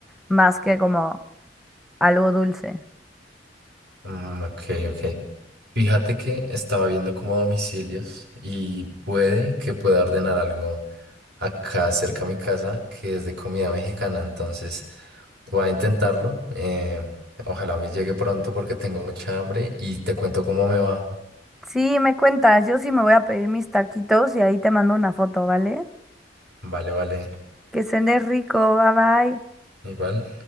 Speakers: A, in the centre; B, on the right.
A: más que como algo dulce.
B: Mm, ok, ok. Fíjate que estaba viendo como domicilios y puede que pueda ordenar algo acá cerca a mi casa que es de comida mexicana, entonces voy a intentarlo. eh, ojalá me llegue pronto porque tengo mucha hambre y te cuento cómo me va.
A: Sí, me cuentas, yo sí me voy a pedir mis taquitos y ahí te mando una foto, ¿vale?
B: Vale, vale,
A: Que cenes rico, bye bye.
B: igual.